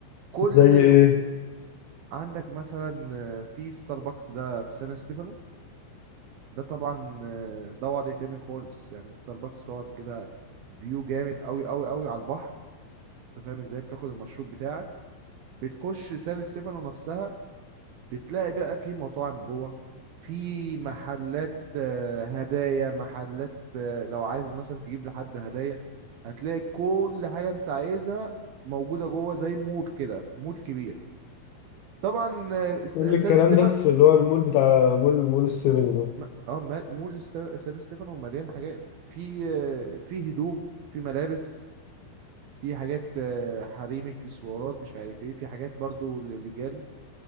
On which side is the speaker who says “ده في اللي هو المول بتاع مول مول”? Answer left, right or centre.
Left